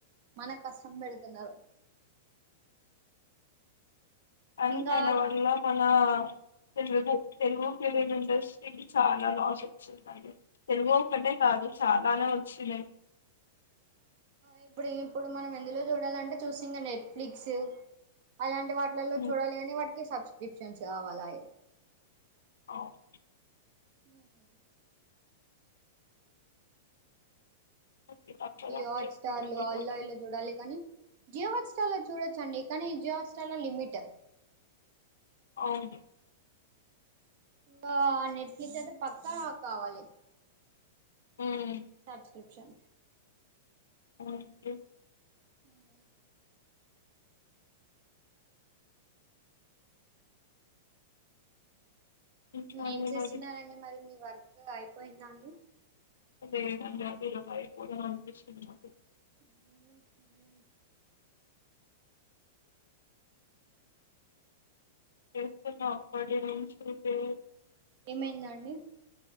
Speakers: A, on the right; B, on the left.
A: మనకు కష్టం పెడుతున్నారు
B: <inaudible> అని
A: ఇంకా
B: ఆయన వల్ల మన తెలుగు తెలుగు ఫిలిం ఇండస్ట్రీకి చాలా లాస్ వచ్చిందంది తెలుగు ఒక్కటే కాదు చాలానే వచ్చినాయి
A: ఇప్పుడు ఇప్పుడు మనం ఎందులో చూడాలంటే చూసి నెట్ఫ్లిక్స్ అలాంటి వాటిలలో
B: ఉమ్,
A: చూడాలి అని వాటికి సబ్స్క్రిప్షన్స్ కావాలాయే
B: ఓ <inaudible>
A: ఏ <inaudible>
B: ఓకే, తప్పదండి.
A: జియో హాట్స్టార్
B: కొన్ని
A: లూ అల్లా
B: కొన్ని-
A: ఇల్ల చూడాలి కానీ జియో హాట్ స్టార్ చూడొచ్చండి కానీ జియో హాట్ స్టార్ లో లిమిట్
B: అవును
A: గ నెట్ ఫ్లిక్స్ ఐతే పక్కా కావాలి
B: ఉమ్
A: సబ్స్క్రిప్షన్
B: అ <inaudible>
A: ఉ <inaudible>
B: ఇంకా అండి
A: ఏం చేస్తున్నారండి
B: మరి
A: మరి మీ వర్క్ అయిపోయిందా అండి
B: అదే నభరయి పోదాం అనిపించింది నాకు
A: హ <inaudible>
B: చేస్తున్నా అప్పటి నుంచి ఇదే
A: ఏమైంద అండి